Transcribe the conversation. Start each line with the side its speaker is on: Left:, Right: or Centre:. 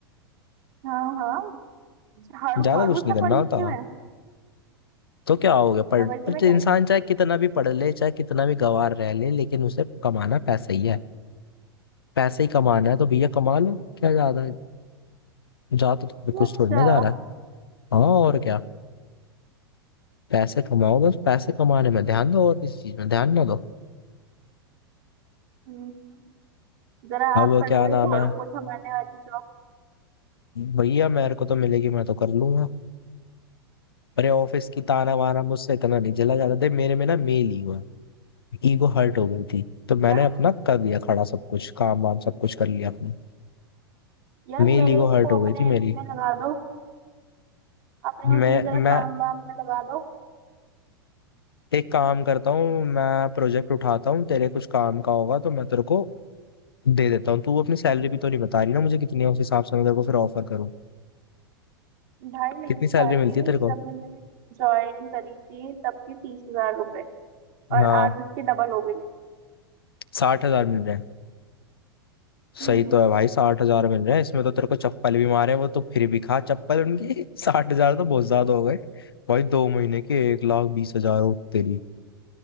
Right: हाँ हाँ झाड़ू
Left: ज्यादा
Right: मारू
Left: कुछ
Right: इतना
Left: नहीं करना
Right: पढ़ लिख
Left: होता
Right: के मैं
Left: तो क्या हो गया पढ़
Right: हाँ वही तो
Left: पर
Right: मैं
Left: जो
Right: कह
Left: इंसान
Right: रही
Left: चाहे कितना भी पढ़ ले चाहे कितना भी गंवार रह ले लेकिन उसे कमाना पैसा ही है पैसे ही कमाना है तो भैया कमा लो क्या ज्यादा है? जा तो थोड़ी
Right: हूँ
Left: कुछ
Right: अच्छा
Left: थोड़ी ना जा रहा है हाँ और क्या पैसे कमाओ बस पैसे कमाने में ध्यान दो और किसी चीज में ध्यान ना दो
Right: हम्म जरा
Left: अब
Right: आप कर
Left: क्या
Right: लो ये
Left: नाम
Right: झाड़ू
Left: है
Right: पोछा मारने वाली जॉब
Left: भैया मेरे को तो मिलेगी मैं तो कर लूंगा अरे ऑफिस की ताना वाना मुझसे इतना नहीं जला जाता थे मेरे में ना मेल ही हुआ है। ईगो हर्ट हो गई थी तो
Right: क्या
Left: मैंने अपना कर दिया खड़ा सब कुछ काम वाम सब कुछ कर लिया अपने
Right: यार
Left: मेरी
Right: मेरे
Left: ईगो हर्ट
Right: को
Left: हो
Right: अपने
Left: गई थी
Right: उसमें
Left: मेरी
Right: लगा दो अपने
Left: मैं
Right: उसमें जरा
Left: मैं
Right: काम वाम में लगा दो
Left: एक काम करता हूँ मैं प्रोजेक्ट उठाता हूँ तेरे कुछ काम का होगा तो मैं तेरे को दे देता हूँ तू अपनी सैलरी भी तो नहीं बता रही ना मुझे कितनी है उस हिसाब से मैं तेरे को फिर ऑफर करूँ
Right: भाई मेरी
Left: कितनी
Right: सैलरी
Left: सैलरी मिलती है तेरे को
Right: जब भी मैंने ज्वाइन करी थी तब थी तीस हजार रुपए और
Left: हाँ
Right: आज उसकी डबल हो गई है
Left: साठ हजार मिल रहे हैं
Right: हम्म
Left: सही तो है भाई साठ हजार मिल रहे हैं इसमें तो तेरे को चप्पल भी मारे वो तो फिर भी खा चप्पल उनकी <laughs> साठ हजार तो बहुत ज्यादा हो गए भाई दो महीने के एक लाख बीस हजार हो तेरी